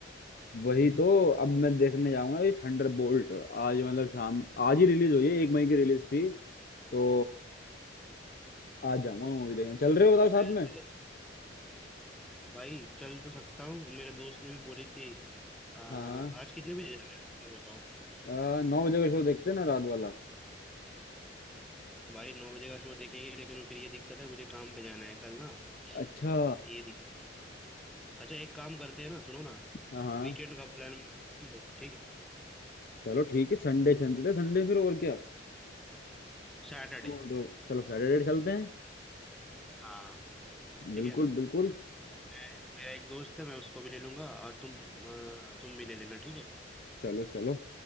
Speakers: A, on the left; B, in the centre.
A: वही तो अब मैं देखने जाऊंगा ये थंडर बोल्ट आज मतलब शाम आज ही रिलीज हुई है एक मई की रिलीज थी तो आज जाऊंगा मैं मूवी देखने
B: जैसे
A: चल रहे हो बताओ
B: मैं
A: साथ में
B: मेरे भाई चल तो सकता हूँ मेरे दोस्त ने भी बोली थी आ, आज
A: हाँ
B: कितने बजे जा रहे हैं ये बताओ
A: आ, नौ बजे का शो देखते हैं ना रात वाला
B: भाई नौ बजे का शो देखेंगे लेकिन फिर ये दिक्कत है मुझे काम पे जाना है कल ना
A: अच्छा
B: ये दिक... अच्छा एक काम करते हैं ना सुनो ना
A: हाँ हाँ
B: वीकेंड का प्लान बनाते हैं हम लोग ठीक है
A: चलो ठीक है संडे चलते हैं संडे फिर और क्या
B: सैटरडे
A: बोल दो चलो सैटरडे चलते हैं
B: हाँ ठीक
A: बिल्कुल
B: है
A: बिल्कुल
B: मैं मेरा एक दोस्त है मैं उसको भी ले लूंगा और तुम आ, तुम भी ले लेना ठीक है
A: चलो चलो